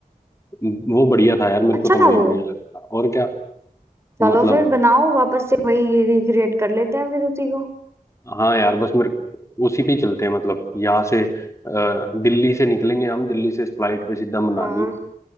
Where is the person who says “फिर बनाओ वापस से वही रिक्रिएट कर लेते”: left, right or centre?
Right